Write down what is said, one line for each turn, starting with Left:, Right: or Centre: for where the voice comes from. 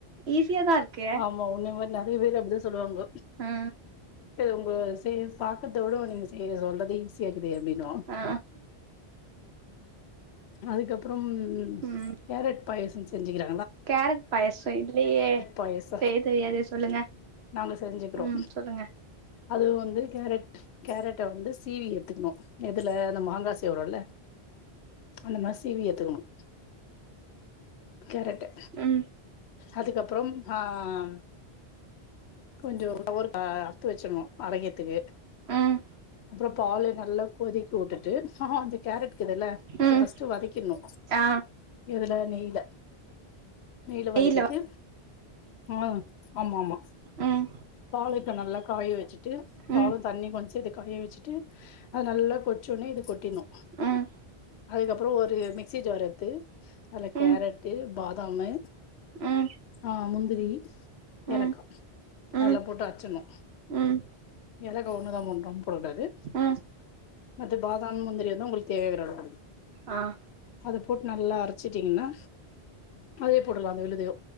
Right: ஈஸியா தா இருக்கு
Left: ஆமா உன்ன மாரி நா நெறைய பேரு அப்டிதா சொல்லுவாங்கோ
Right: ம்
Left: உங்கள செய் பாக்கறத விட நீங்க செய் சொல்லறது ஈஸியாக்குது அப்டின்னுவாங்
Right: ஆ
Left: அதுக்கப்புறம்
Right: ம்
Left: கேரட் பாயசம் செஞ்சிக்கிற
Right: கேரட் பாயசோ இல்லியே
Left: பாயசம்
Right: செய்ய தெரியாது சொல்லுங்க
Left: நாங்க செஞ்சிக்கிறோ
Right: ம் சொல்லுங்க
Left: அது வந்து கேரட் கேரட்ட வந்து சீவி எடுத்துக்கணு இதுல இதுல மாங்கா சீவுறோல அந்த மாரி சீவி எத்துக்கணு கேரட்டு
Right: ம்
Left: அதுக்கப்புறம் அஹ் கொஞ்சோ ஒரு அஹ் அறுத்து வச்சிட்ணோ அரைக்கிற்துக்கு
Right: ம்
Left: அப்புறம் பாலு நல்லா கொதிக்க வுட்டுட்டு அந்த கேரட் இருக்குதுல்ல
Right: ம்
Left: ஃபர்ஸ்ட்டு வதக்கிட்ணோ
Right: ஆ
Left: எதுல நெய்ல நெய்ல
Right: வெயில்ல
Left: வதக்கிட்டு அஹ் ஆம ஆமா
Right: ம்
Left: பால இப்ப நல்லா காய வச்சிட்டு பாலு
Right: ம்
Left: தண்ணி கொஞ்சோ இது காய வச்சிட்டு அது நல்லா கொச்சோனே இது கொட்டிட்னோ
Right: ம்
Left: அதுக்கப்புறோ ஒரு மிக்சி ஜார் எத்து அதுல
Right: ம்
Left: கேரட்டு பாதாமு
Right: ம்
Left: அஹ் முந்திரி
Right: ம்
Left: ஏலக்கா
Right: ம்
Left: அதெல்லா போட்டு அர்ச்சின்னோ
Right: ம்
Left: ஏலக்கா ஒண்ணுதா போட்னோ ரெண்டுலா போட கூடாது
Right: ம்
Left: மத்த பாதாம் முந்திரிலா உங்களுக்கு தேவையாங்குற அளவு
Right: அஹ்
Left: அத போட்டு நல்லா அரச்சிட்டீங்ன்னா அதே போட்டுலா அந்த விலுதயு